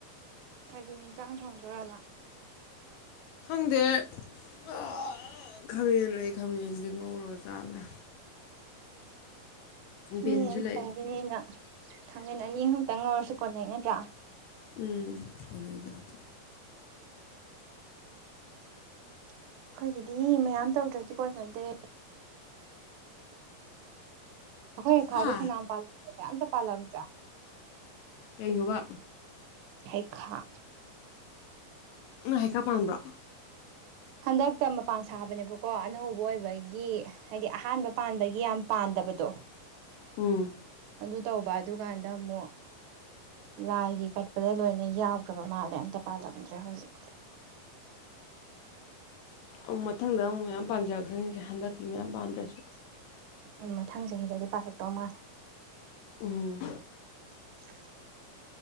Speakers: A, on the right (about 85°); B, on the left (about 80°).
A: ꯀꯔꯤ ꯌꯦꯟꯁꯥꯡ ꯊꯣꯡꯗꯔꯕ
B: ꯈꯪꯗꯦ ꯄꯨ ꯈꯥꯃꯦꯟ ꯂꯩ ꯈꯥꯃꯦꯟꯁꯦ ꯉꯧꯔꯣꯒ ꯆꯥꯕ꯭ꯔꯥ ꯕꯤꯟꯁꯨ
A: ꯃꯤ
B: ꯂꯩ
A: ꯇꯪꯦꯅꯤꯅ ꯈꯥꯃꯦꯟ ꯑꯅꯤ ꯑꯨꯛꯇꯪ ꯉꯧꯔꯁꯨ ꯀꯣꯟꯅꯩ ꯅꯠꯇ꯭ꯔꯥ
B: ꯎꯝ ꯀꯅꯥꯏꯗꯗꯤꯦ
A: ꯑꯩꯈꯣꯏꯒꯤꯗꯤ ꯃꯌꯥꯝ ꯇꯧꯗ꯭ꯔꯗꯤ ꯀꯣꯟꯅꯗꯦ ꯑꯩꯈꯣꯏ ꯈꯥꯗꯦ
B: ꯍꯥ
A: ꯐꯅꯥꯥꯂꯝ ꯀ ꯑꯇ ꯄꯥꯜꯂꯝꯖꯥ <unintelligible>
B: ꯀꯩꯅꯣꯕ
A: ꯍꯩꯈꯥ
B: ꯅ ꯍꯥꯏꯀꯥ ꯄꯥꯟꯕ꯭ꯔꯥ
A: ꯍꯟꯗꯛꯇ ꯃꯄꯥꯟ ꯁꯥꯕꯅꯦꯕꯀꯣ ꯑꯅꯧꯕ ꯑꯣꯏꯕ ꯑꯩ ꯒꯤ ꯍꯥꯏꯗꯤ ꯑꯍꯥꯟꯕ ꯄꯥꯟꯕꯒꯤ ꯌꯥꯝ ꯄꯥꯟꯗꯕꯗꯣ
B: ꯎꯝ
A: ꯑꯗꯨ ꯇꯧꯕ ꯑꯗꯨꯀꯥꯟꯗ ꯑꯃꯨꯛ ꯂꯥꯏꯒꯤ ꯀꯠꯄꯗ ꯂꯣꯏꯅ ꯌꯥꯎꯈ꯭ꯔꯕ ꯃꯥꯜꯂꯦ ꯑꯝꯇ ꯄꯥꯜꯂꯝꯗ꯭ꯔꯦ ꯍꯧꯖꯤꯛ
B: ꯑꯃꯨ ꯃꯊꯪꯗ ꯑꯃꯨꯛ ꯃꯌꯥꯝ ꯄꯥꯟꯖꯔꯛꯁꯅꯤꯁꯦ ꯍꯟꯗꯛꯀꯤ ꯃꯌꯥꯝ ꯄꯥꯟꯗ꯭ꯔꯁꯨ
A: ꯎꯝ ꯃꯊꯪ ꯆꯍꯤꯗꯗꯤ ꯄꯥꯈꯛꯇꯧ ꯃꯥꯜꯂꯦ
B: ꯎꯝ
A: <unintelligible>